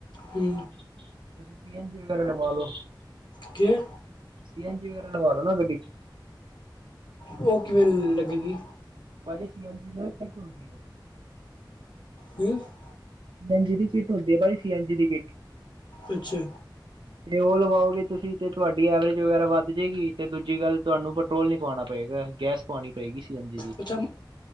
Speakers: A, on the left; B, on the right.
A: ਹੁੰ
B: ਤੁਸੀਂ ਸੀ-ਐਨ-ਜੀ ਵਗੈਰਾ ਲਵਾ ਲਓ।
A: ਕਿ
B: ਸੀ ਐਨ ਜੀ ਵਗੈਰਾ, ਲਵਾ ਲੋ ਨਾ ਗੱਡੀ ਚ।
A: ਉਹ ਕਿਵੇਂ ਲੱਗੇਗੀ।
B: ਭਾਜੀ ਸੀ ਐਨ ਜੀ, ਦੀ ਕੀਟ ਹੁੰਦੀ ਹੈ।
A: ਹਮ <unintelligible>
B: ਸੀ ਐਨ ਜੀ ਦੀ ਕਿੱਟ ਹੁੰਦੀ ਹੈ, ਭਾਈ ਸੀ ਐੰਨ ਜੀ ਦੀ ਕਿੱਟ
A: ਅੱਛਾ
B: <unintelligible> ਤੇ ਉਹ ਲਵਾਓਗੇ ਤੁਸੀਂ ਤੇ ਤੁਹਾਡੀ ਐਵਰੇਜ ਵਗੈਰਾ ਵੱਧ ਜਾਵੇਗੀ, ਤੇ ਦੂਜੀ ਗੱਲ ਤੁਹਾਨੂੰ ਪੈਟਰੋਲ ਨੀ ਪਵਾਉਣਾ ਪਏਗਾ, ਗੈਸ ਪਾਉਣੀ ਪਏਗੀ ਸੀ ਐਨ ਜੀ। ਦੀ।
A: ਉੱਥੇ